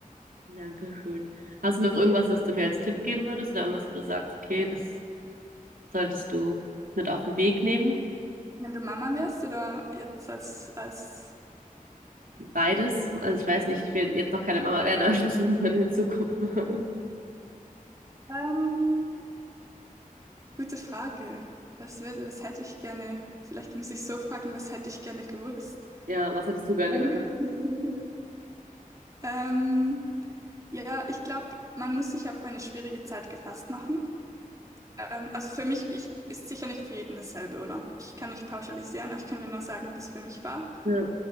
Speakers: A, on the right; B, on the right.
A: Dankeschön. Hast du noch irgendwas, das du mir als Tipp geben würdest oder irgendwas, wo du sagst, okay, das solltest du mit auf den Weg nehmen?
B: Wenn du Mama wärst oder jetzt als, als,
A: Beides. Also ich weiß nicht, ich will jetzt noch keine Mama werden, aber ich will irgendwann in Zukunft. <laughs>
B: ähm, Gute Frage. Was würde, was hätte ich gerne? Vielleicht muss ich so fragen, was hätte ich gerne gewusst?
A: Ja, was hättest du gerne
B: Ähm,
A: gehört?
B: <laughs> ähm, ja, ich glaube, man muss sich auf eine schwierige Zeit gefasst machen. Ähm, also für mich ich, ist sicher nicht für jeden dasselbe, oder? Ich kann nicht pauschalisieren, aber ich kann dir nur sagen, wie es für mich war.
A: Ja,